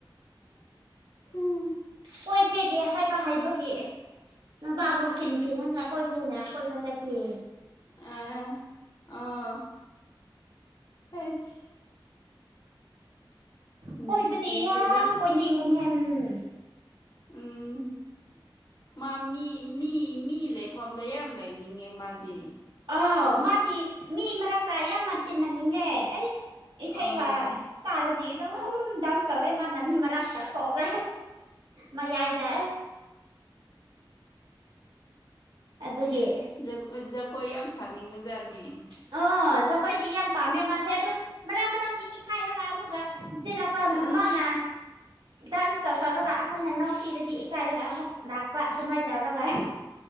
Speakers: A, on the left; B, on the right.
A: ꯎꯝ
B: ꯀꯣꯏꯁꯦꯁꯦ ꯍꯥꯏꯕ ꯍꯩꯕꯒꯤ ꯃꯕꯥꯕꯨ ꯄꯤꯡ ꯇꯤꯡꯉꯒ ꯀꯣꯏꯁꯦꯅ ꯀꯣꯏꯕ ꯆꯠ ꯑꯣ
A: ꯑ ꯑꯣ ꯑꯁ ꯅꯨꯡꯁꯤꯈ꯭ꯔꯦꯗ
B: ꯀꯣꯏꯕꯗꯤ ꯌꯥꯝ ꯀꯣꯏꯅꯤꯡꯕꯅꯦ ꯎꯝ
A: ꯎꯝ ꯃꯥ ꯃꯤ ꯃꯤ ꯃꯤ ꯂꯩꯐꯝꯗ ꯌꯥꯝ ꯂꯩꯅꯤꯡꯉꯦ ꯃꯥꯗꯤ
B: ꯑꯥꯎ ꯃꯥꯗꯤ ꯃꯤ ꯃꯔꯛꯇ ꯌꯥꯝꯅ ꯇꯤꯟꯅꯅꯤꯡꯉꯦ ꯑꯩ
A: ꯑꯥ
B: ꯏꯁꯩꯒ ꯇꯥꯔꯥꯗꯤ ꯇꯣ ꯗꯥꯟꯁ ꯇꯧꯋꯦ ꯂꯝꯃꯤ ꯃꯔꯛꯛꯇꯥꯊꯣꯛꯑꯒ ꯃꯌꯥꯏꯗ ꯑꯗꯨꯒꯤ
A: ꯖꯒꯣ ꯖꯒꯣꯏ ꯌꯥꯝ ꯁꯥꯅꯤꯡꯕ ꯖꯥꯠꯅꯤ
B: ꯑꯣ ꯆ ꯖꯒꯣꯏꯗꯤ ꯌꯥꯝ ꯄꯥꯝꯃꯦ ꯃꯥꯁꯦ ꯇꯣ ꯃꯔꯛ ꯃꯔꯛꯀꯤ ꯏꯀꯥꯏ ꯔꯒ ꯑꯃꯨꯛꯀ ꯆꯦꯜꯂꯛꯄ
A: ꯑꯥ
B: ꯃꯥꯅ ꯗꯥꯟꯁ ꯇꯧ ꯇꯧꯔꯒ ꯑꯩꯈꯣꯏꯅ ꯅꯣꯛꯄꯤꯔꯗꯤ ꯏꯀꯥꯏꯔꯒ ꯑꯃꯨꯛ ꯂꯥꯛꯄ ꯑꯗꯨꯃꯥꯏꯅ ꯇꯧꯔꯒ